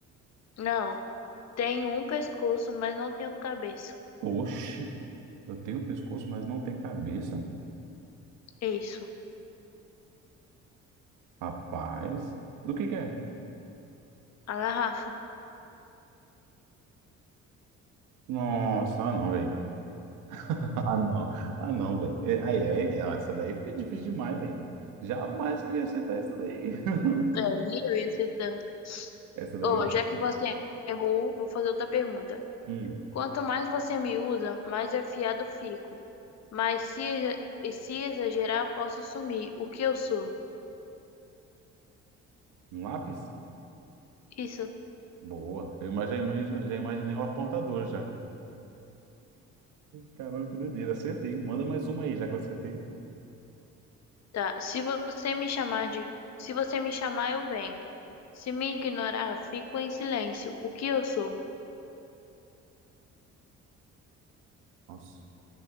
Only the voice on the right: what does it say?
Oxe, eu tenho pescoço, mas não tenho cabeça?
Rapaz, do que que é?
Nossa, ah não, velho. <laughs> Ah não, ah não, velho. É, Aí, é, é, ó, essa daí foi difícil demais, velho. Jamais que eu ia acertar isso daí. <laughs>
Essa daí
eu...
Hum,
um lápis?
Boa. Eu ima- já imagino, já imaginei o apontador já. Caramba, que doideira. Acertei. Manda mais uma aí, já que eu acertei.
Nossa,